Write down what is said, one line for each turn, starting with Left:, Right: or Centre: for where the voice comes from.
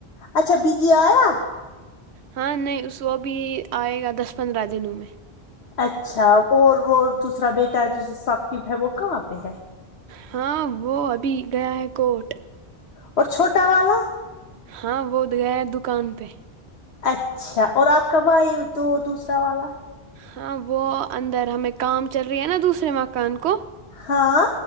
Left: اچھا بگی آیا
Right: ہاں نہیں وہ بھی آئے گا دس پندرہ دنوں میں
Left: اچھا اور وہ دوسرا بیے تج ثاقب ہے وہ کہاں پہ ہے
Right: ہاں وہ ابھی گیا ہے کوٹ
Left: اور چھوٹا والا
Right: ہاں ب تو گیا ہے دکان پہ
Left: اچھا اور آپ کا بھائی دو دوسرا والا
Right: ہاں وہ اندر ہمیں کام چل رہی ہے نا دوسرے مکان کو
Left: ہاں